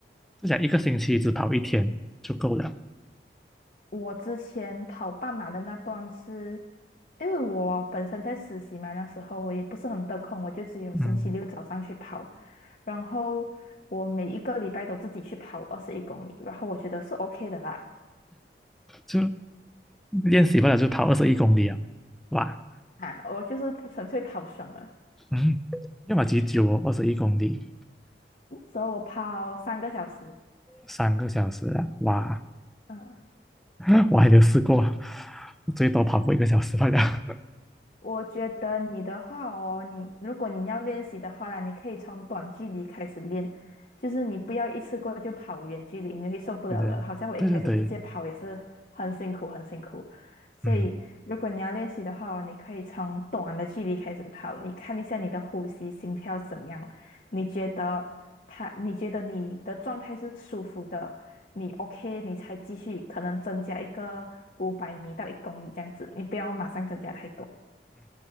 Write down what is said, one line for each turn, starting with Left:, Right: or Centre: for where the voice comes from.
Centre: 就想一个星期只跑一天就够了，
Left: 我之前跑半马的那段是，因为我本身在实习嘛，那时候我也不是很得空，我就只有星期六早上去跑，
Centre: 嗯，
Left: 然后我每一个礼拜都自己去跑二十一公里，然后我觉得是 OK 的啦，
Centre: 就练习不了就跑二十一公里啊，哇，
Left: 啊，我就是纯粹跑爽了，
Centre: 嗯，要么几久哦，二十一公里，
Left: 那时候我跑三个小时，
Centre: 三个小时啊，哇，
Left: 嗯。
Centre: <laughs> 我还没有试过，最多跑过一个小时罢了。
Left: 我觉得你的话哦，你如果你要练习的话啦，你可以从短距离开始练，就是你不要一次过就跑远距离，你会受不了的。
Centre: 对对对对对，
Left: 好像我一开始直接跑也是很辛苦，很辛苦。所以如果你要练习的话哦你可以从短的距离开始跑，
Centre: 嗯，
Left: 你看一下你的呼吸、心跳怎样，你觉得它，你觉得你的状态是舒服的，你 OK，你才继续可能增加一个五百米到一公里这样子，你不要马上增加太多。
Centre: 嗯